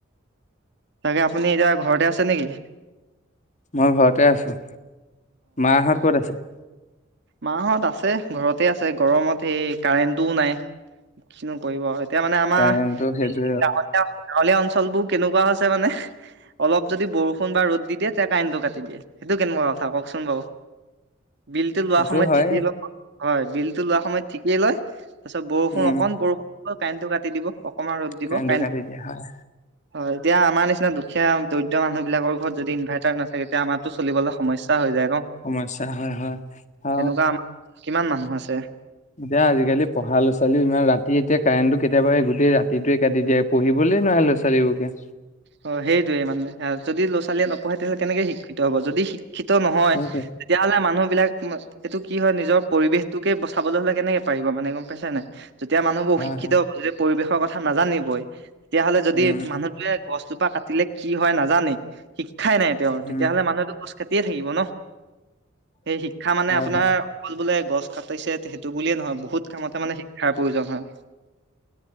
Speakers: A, on the right; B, on the left.
A: তাকে আপুনি এতিয়া ঘৰতে আছে নেকি।
B: মই ঘৰতে আছো মাহঁত ক'ত আছে।
A: মাঁহত আছে ঘৰতে আছে গৰমত সেই কাৰেণ্টও নাই কিনো কৰিব আও। এতিয়া মানে আমাৰ
B: কাৰেণ্টটো সেইটো
A: গাঁৱলীয়া। গাঁৱলীয়া অঞ্চলবোৰ কেনেকোৱা হৈছে মানে অলপ যদি বৰষুণ বা ৰ'দ দি দিয়ে তে কাৰেণ্টো কাটি দিয়ে। এইটো কেনেকোৱা কথা কওকচোন বাও বিল। লটো লোৱা
B: সেইটো
A: সময়ত
B: হয়
A: ঠিকেই ল হয় বিলটো লোৱা সময়ত ঠিকেই লয় তাৰপিছত বৰষুণ
B: উম
A: অকণ বৰষুণ। কাৰেণ্টো কাটি দিব অকমান ৰ'দ দিব
B: কাৰেণ্টটো
A: কাৰেণ্টো।
B: কাটি দিয়া হয়
A: হয় এতিয়া আমাৰ নিচিনা দুখীয়া দৰিদ্ৰ মানুহ বিলাকৰ ঘৰত যদি ইনভাৰটাৰ নাথাকে তেতিয়া আমাৰটো চলিবলৈ সমস্যা হৈ যায়।
B: সমস্যা হয় হয়। আৰু
A: তেনেকোৱা আমাৰ কিমান মানুহ আছে।
B: এতিয়া আজিকালি পঢ়া ল' ছোৱালীও ইমান ৰাতি এতিয়া কাৰেণ্টটো কেতিয়াবা গোটেই ৰাতিটোৱে কাটি দিয়ে পঢ়িবলৈ নোৱাৰে লৱা ছোৱালীবোৰে এতিয়া।
A: অ, সেইটোয়ে মানে যদি ল'ৰা ছোৱালীয়ে নপঢ়ে তেতিয়া হ'লে কেনেকে শিক্ষিত হ'ব যদি শি ক্ষিত নহয়
B: সেইটোৱে
A: তেতিয়াহ'লে মানুহ বিলাক এইটো কি হয় নিজৰ পৰিবেশটোকে বচাবলৈ হ'লে কেনেকে পাৰিব মানে গম পাইছা নে নাই। যেতিয়া মানুহবোৰ
B: হয়
A: শিক্ষিত
B: হয়
A: হব যদি পৰিৱেশৰ কথা নাজানিবই তেতিয়া হ'লে যদি
B: উম
A: মানুহটোৱে গছজোপা কাটিলে কি হয় নাজানে শিক্ষাই নাই তেওৰ
B: উম
A: তেতিয়াহ'লে মানুহেতো গছ কাট কাতিয়েই থাকিব ন সেই শিক্ষা মানে
B: হয়
A: আপোনাৰ
B: হয়
A: অকল বোলে। গছ কাটিছে সেইটো বুলিয়ে নহয় বহুত কামতে মানে শিক্ষাৰ প্ৰয়োজন হয়।